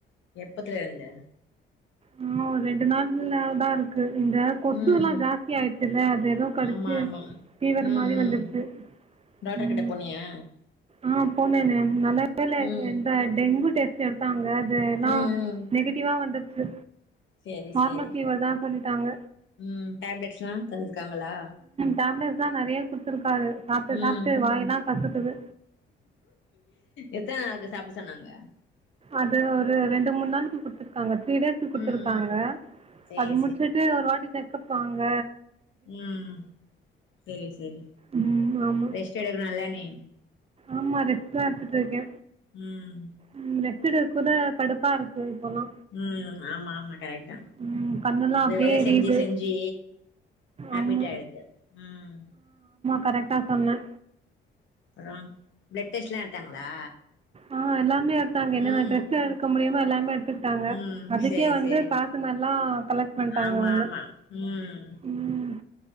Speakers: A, on the left (about 70°); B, on the right (about 30°).
A: எப்பத்துல இருந்து
B: ஆஹ் ஒரு ரெண்டு நாள்ல தா இருக்கு க்கு இந்த கொசுலா
A: ம்
B: ஜாஸ்தி ஆயிடுச்சி இல்ல அது எதோ கடிச்சு
A: ஆமா ஆமா
B: ஃபீவர்
A: ம்
B: மாரி
A: ம்
B: வந்துருச்சு
A: டாக்டர்
B: உம்
A: கிட்ட போனியா
B: ஆஹ் போனேனே நல்ல வேல
A: ம்
B: எந்த டெங்கு டெஸ்ட் எடுத்தாங்க துனா
A: ம் ம்
B: நெகட்டிவா வந்து து
A: சேரி
B: நார்மல்
A: சேரி
B: ஃபீவர் தா சொல்லிட்டாங்க
A: ம் டேப்லெட்ஸ்லா தந்து ருக்காங்களா
B: டேப்லெட்ஸ்தா நெறயா குடுத்து க்காரு சாப்ட்டு
A: ம்
B: சாப்ட்டு வாயில்லா கசக்குது
A: எத்தன நாளுக்கு சாப்ட சொன்னாங்க
B: அது ஒரு ரெண்டு மூணு நாளுக்கு குடுத்துருக்காங்க திரி டேஸ்க்கு குடுத்துருக்காங்க
A: ம் ம் சேரி
B: அது முடிச்சிட்டு ஒரு வாட்டி செ த்துப்பாங்க
A: உம் சரி சரி
B: ம் ஆமா
A: ரெஸ்ட் எடுக்கனு இல்ல நீ
B: ஆமா ரெஸ்ட்டு தா எடுத்துட்டு இருக்க
A: ம்
B: உம் ரெஸ்ட்டு எடுக்க கூத கடுப்பா இருக்கு இப்போல்லா
A: உம் ஆமா ஆமா கரெட்தான் இந்த
B: ம் கண்ணெல்லா
A: ந்த
B: அப்டியே
A: வேல
B: எரியுது
A: செஞ்சு செஞ்சு ஹேபிட்
B: ஆமா
A: ஆயிடுது உம்
B: கரெட்டா சொன்ன
A: அப்புறம் பிளட் டெஸ்ட்லாம் எடுத்தாங்களா
B: ஆஹ் எல்லாமே எடுத்தாங்க என்னென்ன
A: ம்
B: டெஸ்ட் எடுக்க முடியுமோ எல்லாமே எடுத்துகிட்டாங்க
A: ம்
B: அதுக்கே
A: சேரி
B: வந்து
A: சேரி
B: காசு நல்லா கலக்ட் பண்டாங்க
A: ஆமா
B: அவங்களே
A: ஆமா ம்
B: ம்